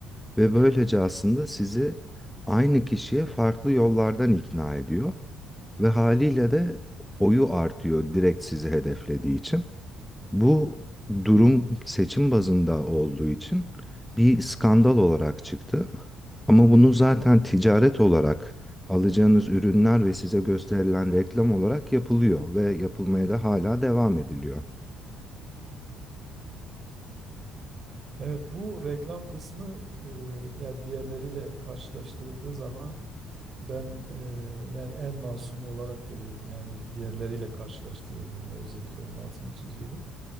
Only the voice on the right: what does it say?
Evet bu reklam kısmı e, ya diğerleriyle karşılaştırıldığı zaman Ben eee, yani en masumu olarak görüyorum. Yani diğerleriyle karşılaştırıldığında özellikle onun altını çiziyorum.